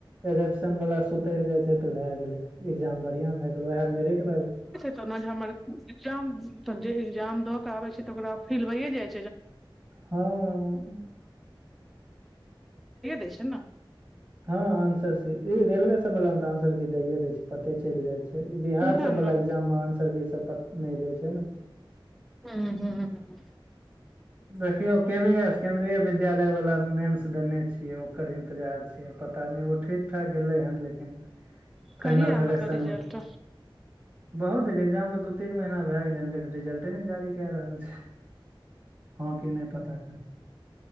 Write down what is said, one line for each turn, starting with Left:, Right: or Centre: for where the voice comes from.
Right: एजप्शन वाला सुतरि जाइ छै तऽ भए गेले एग्जाम बन या। ऋभए गेलो वएह मेरिट मे
Centre: तहना जे हमर एग्जाम त जे एग्जाम दऽ कऽ आबै छै तऽ ओकरा फील होइए जाइ
Right: हँ
Centre: छै <unintelligible>
Right: हँ आन्सर स ई रेलवे सब वला मे तऽ आंसर की दैे दै छै पते चलि जाइ छै ई बिहार
Centre: उएह
Right: सब
Centre: ने
Right: वला
Centre: हूं
Right: एग्जाप नहि दै छै ने
Centre: ह हू
Right: देखियौ केबी एस केन्द्रीय विद्यालय वाला मेंस देने छियै ओकर इंतजार छै पता नहि ओ ठीक ठाक गेलै हन लेकिन फाइनल
Centre: कहिया
Right: सेलेक्शन
Centre: मतलब रिजल्ट
Right: बहुत दिन एग्जाम के दू तीन महीना भए गेले हन लेकिन रिजल्टे ने जी रहल छै हँ के नै पता